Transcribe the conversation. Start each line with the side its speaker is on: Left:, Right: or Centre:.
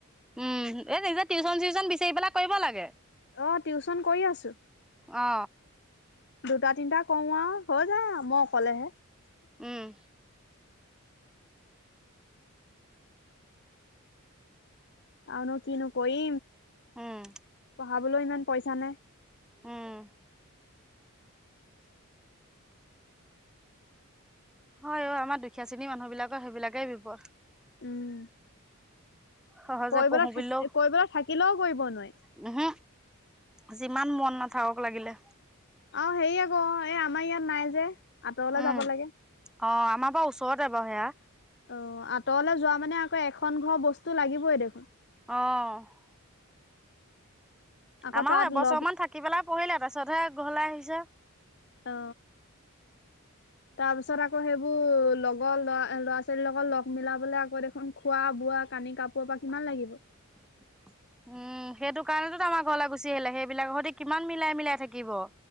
Centre: উম, এ নিজে টিউচন চিউচন বিচাৰি পেলাই কৰিব লাগে।
Left: অ টিউচন কৰি আছো
Centre: অ
Left: দুটা তিনিটা কৰো আৰু হৈ যা মই অকলেহে
Centre: উম
Left: আৰু ন কি নো কই
Centre: উম
Left: পঢ়াবলৈ ইমান পইচা নে
Centre: উম হয় অ আমাৰ দুখীয়া শ্ৰেণীৰ মানুহ বিলাকৰ সেইবিলাকেই বিপদ
Left: উম
Centre: সহজে
Left: কৰিবলৈ
Centre: পঢ়ো
Left: থাক
Centre: পিলেও
Left: কৰিবলৈ থাকিলেও কৰিব নোৱাৰি।
Centre: হ হ যিমান মন নাথাকক লাগিলে
Left: অ হেৰি আকৌ এ আমাৰ ইয়াত নাই যে আঁতৰলে
Centre: উম।
Left: যাব লাগে
Centre: অ আমাৰ পৰাাৰ ওচৰতে বাৰু সেয়া
Left: অ আঁতৰলৈ যোৱা মানে আকৌ এখন ঘৰ বস্তু লাগিবই দেখোন
Centre: অ
Left: আকৌ
Centre: আমাৰো
Left: তাত
Centre: এবছৰ
Left: লগ
Centre: মমান থাকি পেলাই পঢ়িলে তাৰপিছতহে গহলাই আহিছে
Left: অ
Centre: <unintelligible>
Left: তাৰ পিছত আকৌ সেইবোৰ লগৰ লৰা ল'ৰা ছোৱালীৰ লগত লগ মিলাবলে আকৌ দেখোন খোৱা বোৱা কানি কাপোৰৰ পৰা কিমান লাগিব
Centre: <unintelligible> উম সেইটো কাৰণেতো ত আমাৰ ঘৰলৈ গুচি আহিলে সেইবিলাক সতে কিমান মিলাই মিলাই থাকিব